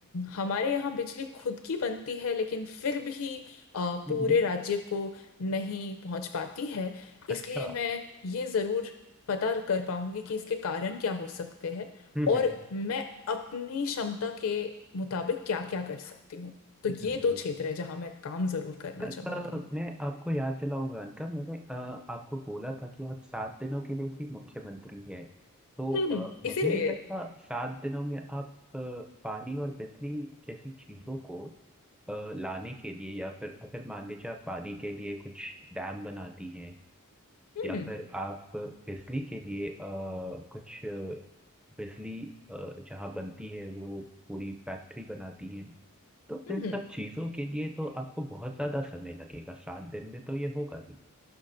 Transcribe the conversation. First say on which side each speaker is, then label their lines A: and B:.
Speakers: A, on the left; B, in the centre.
A: हमारे यहाँ बिजली खुद की बनती है लेकिन फिर भी अ,
B: हम्म,
A: पूरे
B: हम्म,
A: राज्य को नहीं पहुंच पाती है इसलिए
B: अच्छा
A: मैं ये जरूर पता कर पाऊंगी कि इसके कारण क्या हो सकते हैं
B: हम्म
A: और
B: हम्म,
A: मैं अपनी क्षमता के मुताबिक क्या क्या कर सकती हूँ तो
B: हम्म, बिल्कुल
A: ये दो क्षेत्र है जहाँ मैं काम जरूर करना
B: सर,
A: चाहूंगी
B: अ, मैं आपको याद दिलाऊंगा अनका मैंने अ, आपको बोला था कि आप सात दिनों के लिए ही मुख्यमंत्री हैं तो
A: हम्म
B: अ,
A: हम्म,
B: मुझे
A: इसीलिए
B: नहीं लगता सात दिनों में आप अ, पानी और बिजली जैसी चीजों को अ, लाने के लिए या फिर अगर मान लीजिए आप पानी के लिए कुछ डैम बनाती हैं
A: हम्म
B: या फिर आप बिजली के लिए अ, कुछ अ, बिजली अ, जहाँ बनती है वो पूरी फैक्ट्री बनाती है तो
A: हम्म
B: इन
A: हम्म
B: सब चीजों के लिए तो आपको बहुत ज्यादा समय लगेगा सात दिन में तो ये होगा भी